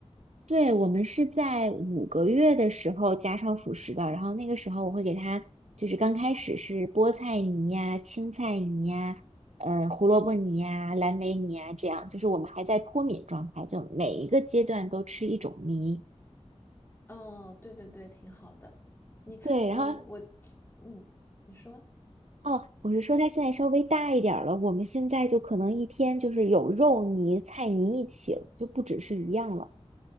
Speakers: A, on the right (about 75°); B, on the left (about 20°).
A: 对，我们是在五个月的时候加上辅食的，然后那个时候我会给他，就是刚开始是菠菜泥呀、青菜泥呀、呃胡萝卜泥呀、蓝莓泥呀，这样就是我们还在脱敏状态，就每一个阶段都吃一种泥。
B: 哦，对对对，挺好的。你，
A: 对，然后
B: 哦，我，嗯，你说。
A: 哦，我是说他现在稍微大一点儿了，我们现在就可能一天就是有肉泥、菜泥一起了就不只是一样了。